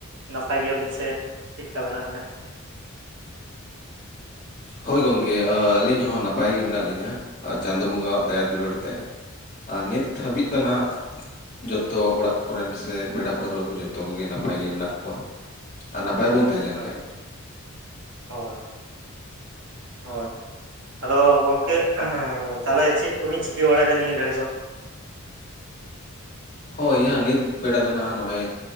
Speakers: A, on the right (about 60°); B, on the left (about 40°).
A: ᱱᱟᱯᱟᱭ ᱜᱮᱭᱟᱵᱤᱱ ᱥᱮ ᱪᱮᱫ ᱞᱮᱠᱟ ᱢᱮᱱᱟᱜ ᱵᱤᱱᱟ?
B: ᱦᱳᱭ ᱜᱚᱝᱠᱮ ᱟᱹᱞᱤᱧ ᱦᱚᱸ ᱱᱟᱯᱟᱭ ᱜᱮ ᱢᱮᱱᱟᱜ ᱞᱤᱧᱟᱹ ᱪᱟᱸᱫᱚ ᱵᱚᱸᱜᱟᱣᱟᱜ ᱫᱟᱭᱟ ᱫᱩᱞᱟᱹᱲ ᱛᱮ ᱾ ᱱᱤᱛ ᱦᱟᱹᱵᱤᱡ
A: ᱦᱚᱸ
B: ᱫᱚ ᱱᱟᱦᱟᱜ ᱡᱚᱛᱚ ᱚᱲᱟᱜ ᱠᱚᱨᱮᱱ ᱥᱮ ᱯᱮᱲᱟ ᱯᱟᱹᱲᱣᱟᱹ ᱠᱚ ᱡᱚᱛᱚ ᱠᱚᱜᱮ ᱱᱟᱯᱟᱭ ᱜᱮ ᱢᱮᱱᱟᱜ ᱠᱚᱣᱟ ᱟᱨ ᱱᱟᱯᱟᱭ ᱵᱚᱱ ᱛᱟᱦᱮᱸ ᱞᱮᱱ
A: ᱟᱪᱪᱷᱟ
B: ᱠᱷᱟᱡ ᱜᱮ
A: ᱦᱳᱭ ᱦᱳᱭ ᱾ ᱟᱫᱚ ᱜᱚᱝᱠᱮ ᱛᱟᱦᱞᱮ ᱪᱮᱫ ᱠᱚᱵᱤᱱ ᱪᱤᱠᱟᱹ ᱵᱟᱲᱟᱭᱮᱫᱟ ᱱᱤᱭᱟᱹ ᱜᱷᱟᱹᱲᱤ ᱫᱚ?
B: ᱦᱳᱭ ᱱᱤᱛ ᱵᱮᱲᱟ ᱫᱚ ᱱᱟᱦᱟᱜ ᱱᱚᱜᱚᱭ